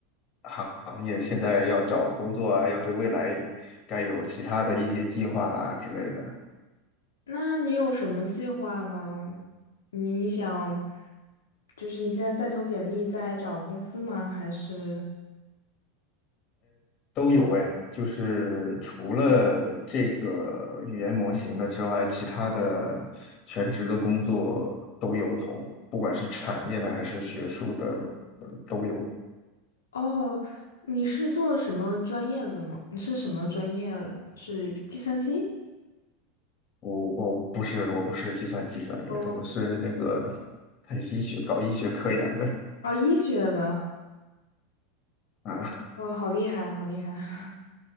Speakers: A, on the left; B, on the left.
A: 行业，现在要找工作啊，要对未来该有其他的一些计划啦之类的。
B: 那你有什么计划呢？你想，就是你现在在投简历，在找公司吗？还是
A: 都有哎，就是除了这个语言模型的之外，其他的全职的工作都有投，不管是产业的还是学术的呃都有。
B: 哦，你是做什么专业的吗？你是什么专业？是计算机？
A: 我我不是我不是计算机专业的，
B: 哦，
A: 我是那个 <laughs> 呃医学搞医学科研的
B: 啊，医学的，
A: 啊，
B: 哇，好厉害，好厉害。